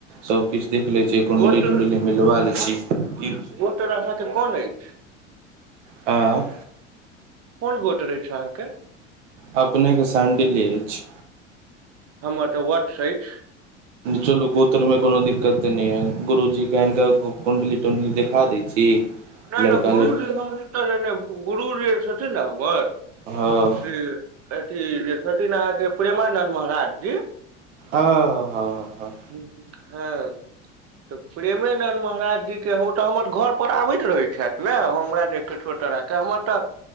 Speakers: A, on the right; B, on the right.
A: सब किछ देख ले छीयै, कुंडली-तुण्डली
B: गोट
A: मिलबा लै छी की
B: तोरा साथे कोन ऐछ?
A: आ
B: कोन गोत्र ऐछ अहाँके?
A: अपने के शांडिल्य ऐछ।
B: हमर तऽ वत्स ऐछ।
A: चलू गोत्रमे कोनो दिक्कत तै नै यै गुरुजी के ऐन के कुण्डली-तुण्डली देखा दै छी।
B: नै
A: लड़का
B: तऽ गुरूजी
A: लड़की
B: हमर <unintelligible> गुरुजी छथिन नै हमर।
A: हां।
B: अथी-अथी जे छथिन अहाँके प्रेमानन्द महाराज जी
A: अ हां-हां।
B: उम्म हां। तऽ प्रेमेनन्द महाराज जी के ओ तऽ हमर घर पर आबैत रहै छैथ नै ओ हमरा जे कीछो तरह के हमर तै